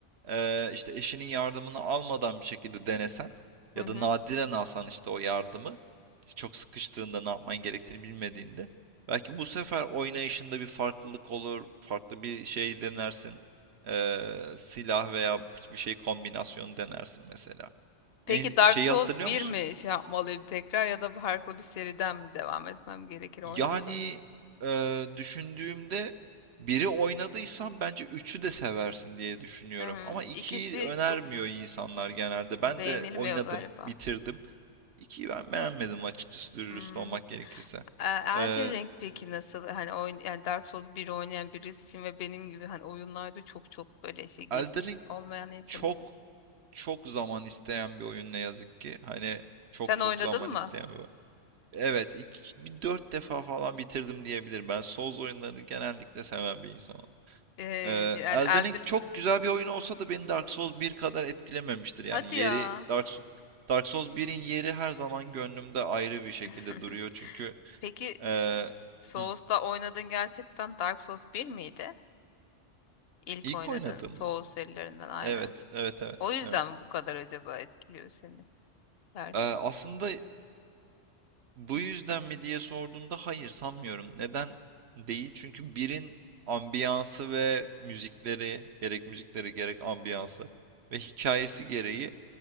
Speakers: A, on the right (about 65°); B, on the left (about 60°).
A: eee, işte eşinin yardımını almadan bir şekilde denesen
B: Hı
A: ya
B: hı.
A: da nadiren alsan işte o yardımı işte çok sıkıştığında ne yapman gerektiğini bilmediğinde belki bu sefer oynayışında bir farklılık olur farklı bir şey denersin Eee, silah veya bir şey kombinasyonu denersin mesela
B: Peki
A: en,
B: Dark
A: şeyi
B: Souls
A: hatırlıyor
B: bir
A: musun?
B: mi şey yapmalıyım tekrar ya da farklı bir seriden mi devam etmem gerekir
A: Yani,
B: oynasam?
A: eee, düşündüğümde biri oynadıysan bence üçü de seversin diye düşünüyorum
B: Hmm,
A: ama ikiyi
B: ikisi
A: önermiyor
B: çok
A: insanlar genelde. Ben
B: beğenilmiyor
A: de oynadım,
B: galiba.
A: bitirdim. 2'yi ben beğenmedim açıkçası dürüst
B: Hmm.
A: olmak gerekirse.
B: E, Elden
A: Eee,
B: Ring peki nasıl hani oyun yani Dark Souls 1 oynayan birisi için ve benim gibi hani oyunlarda çok çok böyle şey geçmiş
A: Elden Ring
B: olmayan insan
A: çok,
B: için.
A: çok zaman isteyen bir oyun ne yazık ki. Hani çok
B: Sen
A: çok
B: oynadın
A: zaman
B: mı?
A: isteyen bir oyun. Evet, ilk bir 4 defa falan bitirdim diyebilirim. Ben Souls oyunlarını genellikle seven bir insanım.
B: E,
A: Ee,
B: yani
A: Elden
B: Elden
A: Ring çok güzel bir oyun olsa da beni Dark Souls bir kadar etkilememiştir. Yani
B: Hadi
A: yeri
B: ya.
A: Dark Souls Dark Souls 1'in yeri her zaman gönlümde ayrı bir şekilde
B: <laughs>
A: duruyor. Çünkü
B: Peki
A: ee,
B: S- Souls'ta
A: hı,
B: oynadığın gerçekten Dark Souls bir miydi? İlk
A: ilk
B: oynadığın
A: oynadığım
B: Souls
A: mı?
B: serilerinden aynen.
A: Evet, evet, evet,
B: O yüzden
A: evet.
B: mi bu kadar acaba etkiliyor seni dersin?
A: Ee, aslında bu yüzden mi diye sorduğumda hayır sanmıyorum. Neden değil? Çünkü birin ambiyansı ve müzikleri, gerek müzikleri gerek ambiyansı ve hikayesi gereği